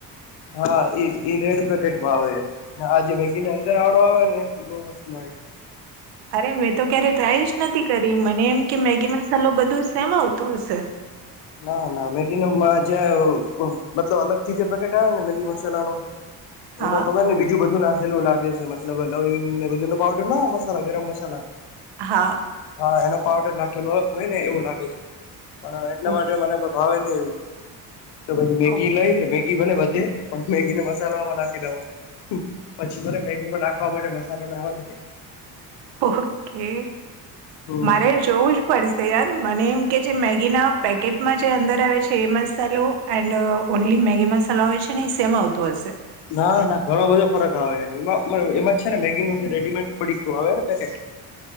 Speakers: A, on the left; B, on the right.
A: હા ઈજ એ રેડ પેકેટમાં આવે છે આજે મેગી ને અંદર આવડો આવે ને એ બો મસ્ત લાગે
B: અરે મેં તો ક્યારે ટ્રાય જ નથી કરી મને એમ કે મેગી મસાલો બધો સમે આવતું હશે
A: ના ના મેગી નો જે મતલબ અલગથી જે પેકેટ આવે ને મેગી મસાલા નું
B: હા
A: એમાં ખબર ની બીજું બધું નાખી એવું લાગે છે મતલબ લવીગ ને બધુ પાવડર ના મસાલા ગરમ મસાલા
B: હા
A: હા એનો પાવડર નાખેલો હોય ને એવું લાગે છે એટલા
B: ઓ
A: માટે મનેાવે ને એવું તો પછી મેગી
B: ઓ
A: લાય મે. ભલે વધે પણ મેગી ને મસાલોમાં નાખી દેવો પછી ભલે મેગી નાખ. ખવા માટે મસાલો ના આવા.
B: ઓકે
A: હમ
B: મારે જોવું જ પડશે યાર મને. કે જે મેગી ના પેકેટમાં જે અંદર આવે છે એ મસાલો એન્ડ ઓનલી મેગી મસાલો આવે છે. સેમ આવતોું હશે.
A: ના ના ઘણો બધો ફરક આવેમાં એમાં છે ને મેગી ન જે રેડીમેડ પડીકું આવેને પેટ.